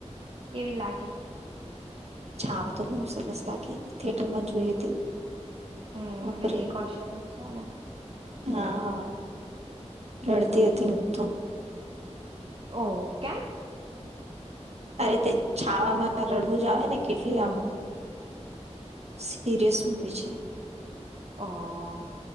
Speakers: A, on the right; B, on the right.
A: કેવી લાગી.
B: છાવા તો બહુ સરસ લાગી થિયેટર પણ જોઈ હતી.
A: હમ
B: બાપરે
A: વિકી કૌશલ છે ને.
B: હા. રડતી
A: હમ
B: હતી ઊ તો.
A: ઓહ કેમ?
B: અરે તે છાવામાં રડવું જ આવે ને કેટલી આમ સિરિયસ મૂવી છે.
A: ઓ.